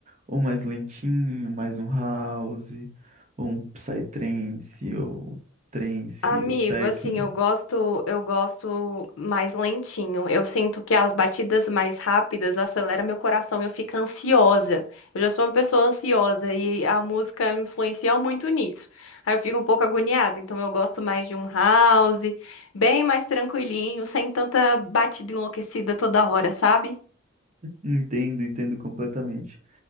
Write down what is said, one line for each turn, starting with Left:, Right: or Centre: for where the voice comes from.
Right: ou mais lentinho, mais um house, ou um psytrance, ou trance,
Left: Amigo,
Right: ou techno.
Left: assim, eu gosto, eu gosto mais lentinho. Eu sinto que as batidas mais rápidas aceleram meu coração e eu fico ansiosa. Eu já sou uma pessoa ansiosa e a música influencia muito nisso. Aí eu fico um pouco agoniada, então eu gosto mais de um house, bem mais tranquilinho, sem tanta batida enlouquecida toda hora, sabe?
Right: Entendo, entendo completamente.